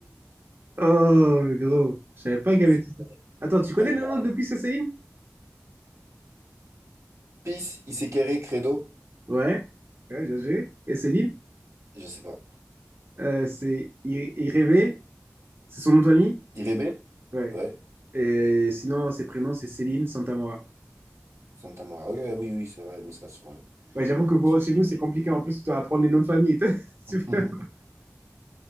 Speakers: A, on the right; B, on the right.
A: Oh, gros, je savais pas qu'il
B: Moi,
A: y avait
B: c'est
A: tout ça. Attends, tu
B: Badekara.
A: connais le nom de plus, Céline?
B: Peace, Isekere, Credo,
A: Ouais, ouais, bien joué. Et Céline,
B: je sais pas.
A: euh, c'est I- Irebe, c'est son nom de famille?
B: Irebe,
A: Ouais.
B: ouais.
A: Et sinon, ses prénoms, c'est Céline Santamora.
B: Santa Mora, oui, oui, oui, c'est vrai, mais ça sur... euh,
A: Ouais, j'avoue que bon,
B: sur-
A: chez nous, c'est compliqué. En plus, tu dois apprendre les noms de famille. <laughs> C'est
B: <laughs>
A: vrai.